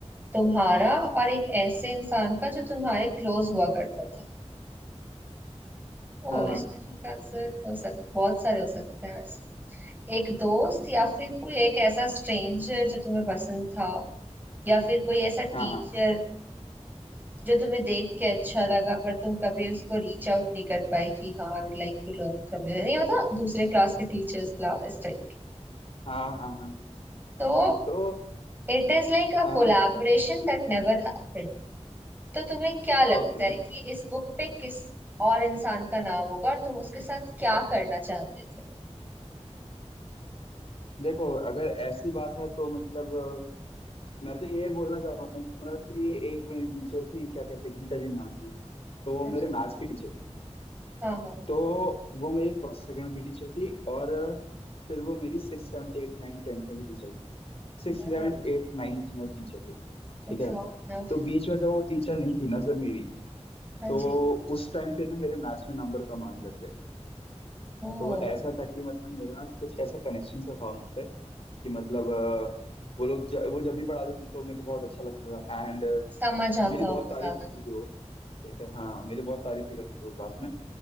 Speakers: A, on the right (about 15°); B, on the left (about 55°).
A: तुम्हारा और एक ऐसे इंसान का जो तुम्हारे क्लोज हुआ करता था ओ
B: हाँ
A: इसमें शिनकानसेन हो सक बहुत सारे हो सकते हैं वैसे एक दोस्त या फिर कोई एक ऐसा स्ट्रेंजर जो तुम्हें पसंद था या फिर कोई ऐसा टीचर
B: हाँ हाँ हाँ
A: जो तुम्हें देख के अच्छा लगा पर तुम कभी उसको रीच आउट नहीं कर पाए कि हाँ I would like to learn from you नहीं होता दूसरे क्लास के टीचर्स इस टाइप के।
B: हाँ हाँ हाँ
A: तो
B: तो
A: it is like a
B: हाँ
A: collaboration
B: हाँ बताओ
A: that never happened तो तुम्हें क्या लगता
B: ओके
A: है कि इस बुक पे किस और इंसान का नाम होगा और तुम उसके साथ क्या करना चाहते थे
B: देखो अगर ऐसी बात है तो मतलब अ, मैं तो ये बोलना चाहूंगा कि एक मेरी टीचर थी क्या कहते हैं गीता जी नाम थी तो वो
A: हाँ जी
B: मेरे मैथ्स की टीचर थी
A: हाँ
B: तो वो मेरी फर्स्ट सेकंड में भी टीचर थी और अ, फिर वो मेरी six seventh eight ninth tenth में भी टीचर थी सिक्स
A: हाँ
B: सेवन्थ एट नाइन्थ में टीचर थी ठीक
A: It's
B: है
A: long enough
B: तो बीच में जब वो टीचर नहीं थी ना जब मेरी
A: हाँ
B: तो
A: जी
B: उस टाइम फिर ना मेरे मैथ्स में नंबर कम आने लग गए
A: ओ
B: तो ऐसा था कि मतलब मेरा कुछ ऐसा कनेक्शन सा था उनसे कि मतलब अ, वो लोग ज, वो जब भी पढ़ाते थे तो मेरे को बहुत अच्छा लगता था एंड
A: समझ आता
B: मेरी बहुत
A: होगा
B: तारीफ
A: ज्यादा
B: करती थी वो ठीक है हाँ मेरी बहुत तारीफ भी करती थी वो क्लास में